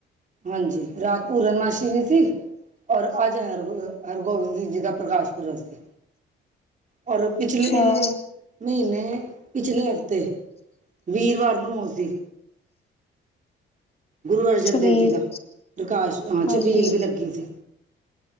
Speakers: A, on the right (about 40°); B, on the left (about 30°).
A: ਹਂਜੀ, ਰਾਤ ਪੂਰਨਮਾਸੀ ਵਿੱਚ ਸੀ ਔਰ ਅੱਜ ਹਰਗੋ ਹਰਗੋਬਿੰਦ ਸਿੰਘ ਜੀ ਦਾ ਪ੍ਰਕਾਸ਼ ਪੁਰਬ ਸੀ। ਔਰ ਪਿਛਲੇ
B: ਅੱਛਾ
A: ਮਹੀਨੇ ਪਿਛਲੇ ਹਫ਼ਤੇ ਵੀਰਵਾਰ ਨੂੰ ਔਹ ਸੀ। ਗੁਰੂ ਅਰਜਨ
B: ਛਬੀਲ,
A: ਦੇਵ ਜੀ ਦਾ ਪ੍ਰਕਾਸ਼ ਹਾਂ
B: ਹਂਜੀ।
A: ਛਬੀਲ ਵੀ ਲੱਗੀ ਸੀ